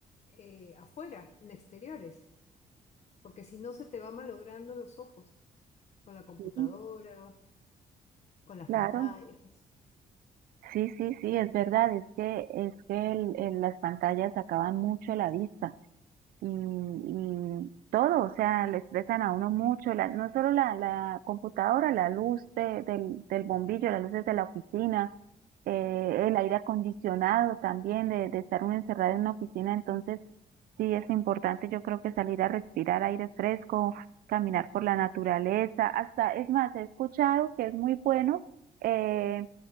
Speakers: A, on the left (about 50°); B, on the right (about 80°).
A: eh, afuera, en exteriores, porque si no se te va malogrando los ojos con la computadora,
B: Sí,
A: con las
B: claro,
A: pantallas.
B: Sí, sí, sí, es verdad, es que, es que el- el- las pantallas acaban mucho la vista y, y todo, o sea, le estresan a uno mucho, la- no solo la, la computadora, la luz de- del, del bombillo, las luces de la oficina, eh, el aire acondicionado también, de, de estar uno encerrado en una oficina, entonces sí es importante yo creo que salir a respirar aire fresco, caminar por la naturaleza, hasta, es más, he escuchado que es muy bueno. eh,